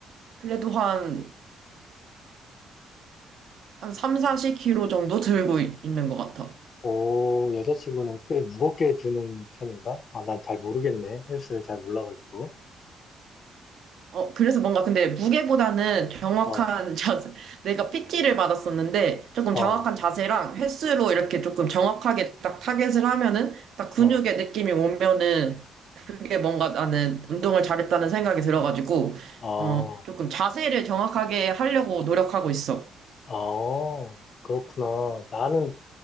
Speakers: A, on the right (about 65°); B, on the left (about 55°).
A: 그래도 한, 한 3, 40kg 정도 들고 있- 있는 것 같아.
B: 오, 여자친구는 꽤 무겁게 드는 편인가? 아, 난 잘 모르겠네. 헬스를 잘 몰라가지고.
A: 어, 그래서 뭔가 근데 무게보다는 정확한
B: 어,
A: <laughs> 자세, 내가 PT를 받았었는데, 조금
B: 어,
A: 정확한 자세랑 횟수로 이렇게 조금 정확하게 딱 타겟을 하면은, 딱 근육의
B: 어,
A: 느낌이 오면은, 그게 뭔가 나는 운동을 잘했다는 생각이 들어가지고,
B: 어,
A: 어, 조금 자세를 정확하게 하려고 노력하고 있어.
B: 어, 그렇구나. 나는,